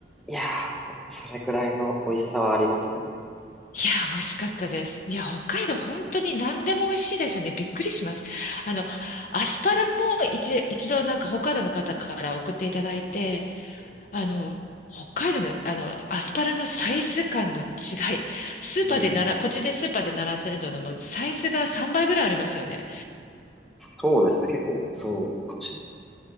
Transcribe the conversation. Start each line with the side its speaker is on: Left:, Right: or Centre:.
Centre: いやー、でも、それくらいの美味しさはありますよね。
Left: いや、美味しかったです。いや、北海道本当に何でも美味しいですよね。びっくりします。あの、アスパラも一、一度なんか北海道の方から送っていただいて、
Centre: ええ
Left: あの、北海道の、あの、アスパラのサイズ感の違い。スーパーでなら、
Centre: うん。
Left: こっちでスーパーで並んでるののもうサイズが3倍ぐらいありますよね。
Centre: そうですね。結構、そうかもしれないです。